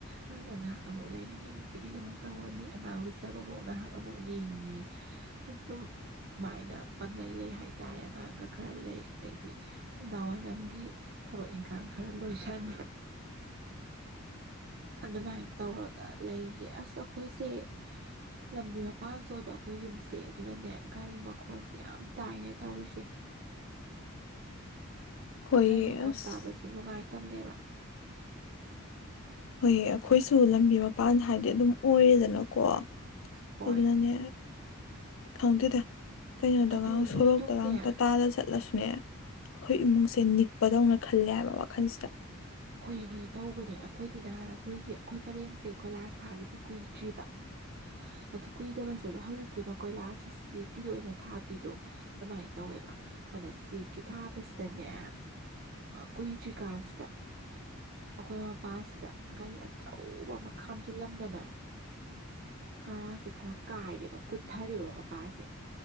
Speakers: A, on the right; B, on the left.
A: ꯉꯥꯡꯒ ꯉꯥꯏꯍꯥꯛ ꯑꯃꯨꯛ ꯂꯩꯔꯅꯤ ꯀꯩꯗ ꯑꯃꯨꯛ ꯇꯧꯔꯅꯤ ꯑꯉꯥꯡ ꯂꯨꯆꯕ ꯑꯃꯨꯛ ꯉꯥꯏꯍꯥꯛ ꯑꯃꯨꯛ ꯌꯦꯡꯅꯤ ꯑꯗꯨꯝ ꯃꯥꯏꯅ ꯄꯪꯪꯂꯩ ꯂꯩ ꯍꯥꯏꯇꯥꯔꯦ ꯑꯉꯥꯡꯒ ꯈꯔ ꯂꯩ ꯑꯗꯩꯗꯤ ꯅꯨꯡꯗꯥꯡ ꯋꯥꯏꯔꯝꯒꯤ ꯊꯕꯛ ꯏꯪꯈꯥꯡ ꯈꯔ ꯂꯣꯏꯁꯤꯟ ꯑꯗꯨꯃꯥꯏꯅ ꯇꯧꯔꯒ ꯂꯩꯒ ꯑꯁ ꯑꯩꯈꯣꯏꯁꯦ ꯂꯝꯕꯤ ꯃꯄꯥꯟꯁꯨ ꯑꯣꯏꯕ ꯑꯩꯈꯣꯏ ꯌꯨꯝꯁꯦ ꯑꯗꯨꯅꯅꯦ ꯒꯥꯔꯤ ꯃꯈꯣꯟꯜꯁꯦ ꯌꯥꯝ ꯇꯥꯏꯅꯦ ꯇꯧꯔꯤꯁꯦ
B: ꯍꯣꯏꯌꯦ
A: ꯒꯔꯤꯃꯈꯣꯟ
B: ꯑꯁ
A: ꯇꯥꯕꯁꯤ ꯅꯨꯡꯉꯥꯏꯇꯕꯅꯦꯕ
B: ꯍꯣꯏ ꯑꯩꯈꯣꯏꯁꯨ ꯂꯝꯕꯤ ꯃꯄꯥꯟ ꯍꯥꯏꯗꯤ ꯑꯗꯨꯝ ꯑꯣꯏꯔꯦꯗꯅꯀꯣ
A: ꯍꯣꯏ
B: ꯑꯗꯨꯅꯅꯦ ꯈꯪꯗꯦꯗ ꯀꯩꯅꯣꯗꯒ
A: ꯑꯗꯣ
B: ꯁꯣꯔꯣꯛꯇꯒꯥꯡ
A: ꯅꯣꯏꯗꯨꯝꯅꯦ
B: ꯇꯥꯇꯥꯗ ꯆꯠꯂ ꯆꯠꯂꯁꯨꯅꯦ ꯑꯩꯈꯣꯏ ꯏꯃꯨꯡꯁꯦ ꯅꯤꯛꯄꯗꯧꯅ ꯈꯜꯂꯦ ꯍꯥꯏꯕ ꯋꯥꯈꯜꯁꯤꯗ
A: ꯍꯨꯏꯌꯦ ꯍꯨꯏ ꯇꯧꯕꯅꯦ ꯑꯩꯈꯣꯏꯗꯤ ꯅꯍꯥꯟ ꯑꯩꯈꯣꯏꯁꯦ ꯑꯩꯈꯣꯏ ꯄꯔꯦꯡꯁꯦ ꯀꯣꯏꯂꯥꯁ ꯊꯥꯈꯤꯕ ꯀꯨꯏꯗ꯭ꯔꯤꯕ
B: <inaudible>
A: ꯑꯗꯨ ꯀꯨꯏꯗꯕꯁꯤꯗ ꯍꯧꯖꯤꯛꯇꯤ ꯃꯈꯣꯏꯂꯥꯁꯁꯨ ꯆꯦꯛꯀꯤꯗꯣ ꯑꯣꯏꯅ ꯊꯥꯕꯤꯗꯣ ꯑꯗꯨꯃꯥꯏꯅ ꯇꯧꯋꯦꯕ ꯑꯗ ꯆꯦꯛꯀꯤ ꯊꯥꯕꯁꯤꯗꯅꯦ ꯑ ꯀꯨꯏꯗꯔ꯭ꯤ ꯀꯟꯁꯤꯗ ꯑꯩꯈꯣꯏ ꯃꯄꯥꯁꯤꯗ ꯒꯥꯔꯤ ꯑꯆꯧꯕ ꯑꯃ ꯈꯥꯝꯖꯤꯜꯂꯝꯗꯅ ꯀꯥꯁꯦ ꯈꯔ ꯀꯥꯏꯔꯦꯕ ꯀꯨꯊꯔꯦꯕ ꯃꯄꯥꯁꯦ